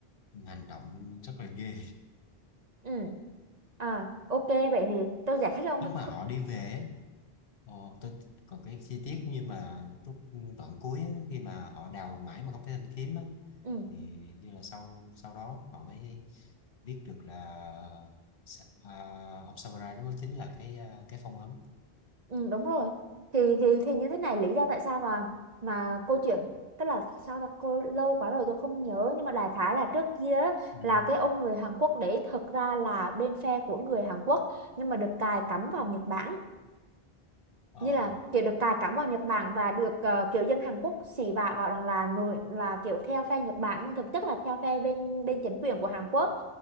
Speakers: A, on the left; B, on the right.
A: hành động rất là ghê
B: ừ à ok vậy thì tôi giải thích cho ông
A: lúc
B: cái
A: mà
B: khúc-
A: họ đi về ấy, ờ, tôi còn cái chi tiết như mà lúc đoạn cuối á, khi mà họ đào mãi mà không thấy thanh kiếm á
B: ừ
A: thì như là sau sau đó họ mới biết được là Sa- à, ông samurai đó mới chính là cái à, cái phong ấn
B: Ừ, đúng rồi thì thì thì như thế này lý do tại sao mà mà câu chuyện tức là sao ta cô lâu quá rồi tôi không nhớ nhưng mà đại khái là trước kia á,
A: ừ.
B: là cái ông người Hàn Quốc đấy thực ra là bên phe của người Hàn Quốc nhưng mà được cài cắm vào Nhật Bản
A: ờ
B: như là kiểu được cài cắm vào Nhật Bản và được ờ, kiểu dân Hàn Quốc xỉ vả bảo rằng là nổi là kiểu theo phe Nhật Bản nhưng thực chất là theo phe bên bên chính quyền của Hàn Quốc